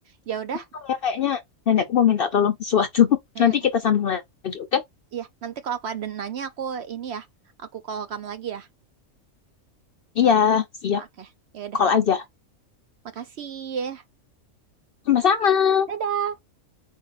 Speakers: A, on the right; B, on the left.
A: Ya udah.
B: Bentar ya kayaknya nenekku mau minta tolong sesuatu. <laughs>
A: <laughs> Mm-mm.
B: Nanti kita sambung lagi, oke?
A: Iya, nanti kalau aku ada nanya aku ini ya, aku call kamu lagi ya.
B: Iya, siap.
A: Oke, ya udah
B: Call
A: ke
B: aja.
A: kita. Makasih. ya.
B: Sama-sama.
A: Dadah.